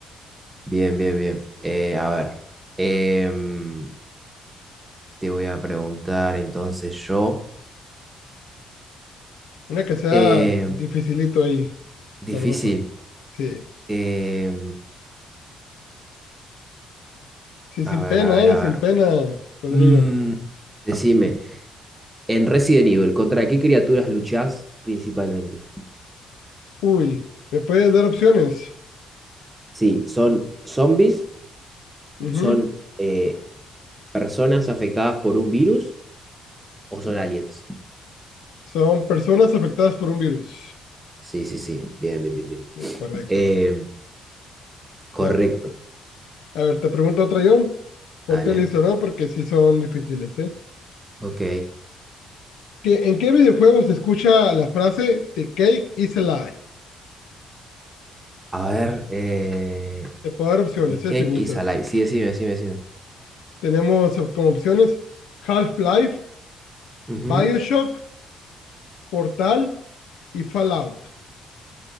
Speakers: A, on the right; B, on the left.
A: Bien, bien, bien. Eh, a ver. Em, Te voy a preguntar entonces yo.
B: Una que sea
A: Eh,
B: dificilito ahí,
A: difícil.
B: sabroso. Sí,
A: Eh,
B: sí,
A: a
B: sin
A: ver,
B: pena,
A: a ver,
B: ¿eh?
A: a
B: Sin
A: ver.
B: pena, Rodrigo.
A: Mm, decime, en Resident Evil, ¿contra qué criaturas luchás principalmente?
B: Uy, ¿me puedes dar opciones?
A: Sí, ¿son zombies?
B: Ujú.
A: ¿Son eh, personas afectadas por un virus? ¿O son aliens?
B: Son personas afectadas por un virus.
A: Sí, sí, sí. Bien, bien, bien, bien.
B: Sí, correcto.
A: Eh, correcto.
B: Bueno. A ver, te pregunto otra yo. Ponte
A: Dale.
B: listo, ¿no? Porque sí son difíciles, ¿eh?
A: Ok.
B: ¿Qué- ¿En qué videojuego se escucha la frase The cake is a lie?
A: A ver, eh,
B: Te puedo dar opciones,
A: The Cake
B: ¿eh? Si gustas.
A: is Alive. Sí, decime, decime, decime.
B: Tenemos op- como opciones Half-Life,
A: Ujú.
B: Bioshock, Portal y Fallout.